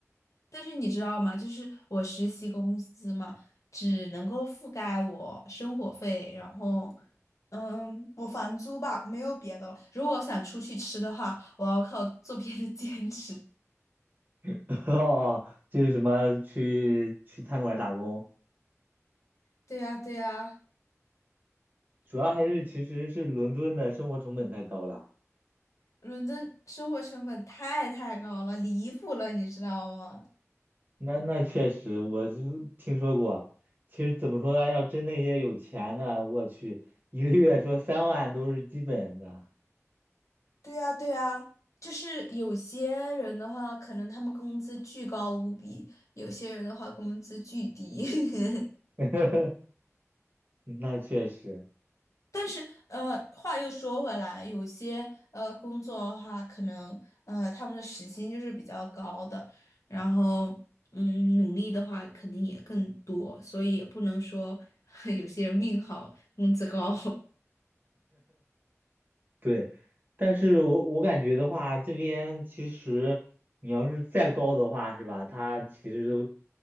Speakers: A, on the left (about 75°); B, on the right (about 40°).
A: 但是你知道吗？就是我实习公司嘛，只能够覆盖我生活费，然后，嗯，我房租吧，没有别的了。如果我想出去吃的话，我要靠做别的兼职。<laughs>
B: <laughs> 哦，就是什么去去餐馆打工，
A: 对呀，对呀，
B: 主要还是其实是伦敦的生活成本太高了。
A: 伦敦生活成本太太高了，离谱了，你知道吗？
B: 那那确实，我就是听说过。其实怎么说呢，要真那些有钱的，我去，一个月说三万都是基本的。
A: 对呀，对呀，就是有些人的话，可能他们工资巨高无比；有些人的话，工资巨低。<laughs>
B: <laughs> 嗯那确实
A: 但是，呃，话又说回来，有些呃工作的话，可能呃他们的时薪就是比较高的，然后嗯，努力的话肯定也更多，所以也不能说 <laughs> 有些人命好，工资高。<laughs>
B: 对，但是我我感觉的话，这边其实你要是再高的话，是吧？它其实都